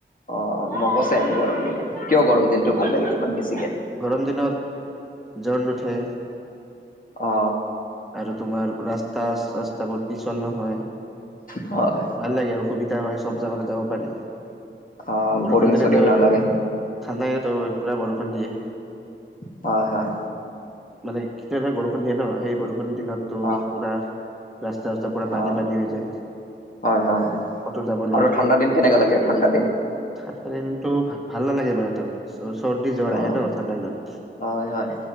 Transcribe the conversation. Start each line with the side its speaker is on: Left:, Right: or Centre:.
Left: অ', মোকো ছেম গৰম দিনে। কিয় গৰম দিনটো ভাল লাগে তোমাক? বেছিকে
Centre: গৰম দিনত জ্বৰ নুঠে।
Left: অ
Centre: আৰু তোমাৰ ৰাস্তা চাস্তাবোৰ পিচল নহয়
Left: হয়।
Centre: ভাল লাগে আৰু সুবিধা হয় সব জাগালে যাব পাৰি
Left: অ
Centre: বৰষুণ
Left: বৰিং
Centre: দিলেেতো
Left: চৰিং নালাগে
Centre: ঠাণ্ডা <unintelligible> পুৰা বৰষুণ দিয়ে।
Left: হয় হয়।
Centre: মানে কেতিয়াবা বৰষুণ দিয়ে ন সেই বৰষুণ দিনতো
Left: অ
Centre: পুৰা ৰাস্তা চাস্তা পুৰা পানি
Left: অ
Centre: পানী হৈ যায়।
Left: হয় হয় হয়
Centre: ক'তো যাব নোৱাৰি।
Left: আৰু ঠাণ্ডা দিন কেনেকা লাগে ঠাণ্ডা দিন?
Centre: ঠাণ্ডা দিনতো ভাল নালাগে মানে ত চৰ্দি জ্বৰ
Left: অ
Centre: আহে ন ঠাণ্ডা দিনত।
Left: হয় হয়